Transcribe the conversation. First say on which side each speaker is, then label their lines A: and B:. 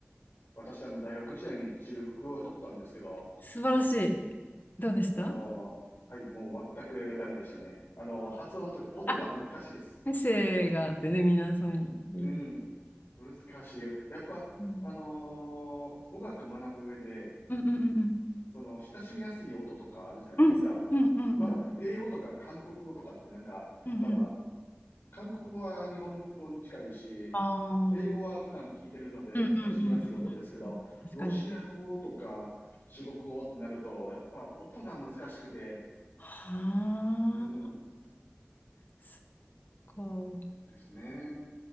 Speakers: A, on the left; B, on the left.
A: 私、あの、大学時代に中国語を取ったんですけど、
B: 素晴らしい。どうでした
A: あの、はい、もう全くダメでしたね。あの、発音とか、音が難しいです。
B: あ、エッセイがあってね、皆さん言います。
A: うん。難しいよ。やっぱ、
B: うん
A: あのー語学学ぶ上で、
B: うんうんうん
A: その、親しみやすい音とかあるじゃないですか。
B: うんうんうんうんうん
A: まだ、英語とか韓国語とかってなんか、
B: うんうん
A: まだ、韓国語は日本語に近いし、
B: ああ
A: 英語は普段聞いてるので親しみやすい音ですけど、
B: うんうんうんうんうん確かに。
A: ロシア語とか中国語ってなると、やっぱ音が難しくて、
B: はあ、
A: うん、
B: そっか。
A: ですね。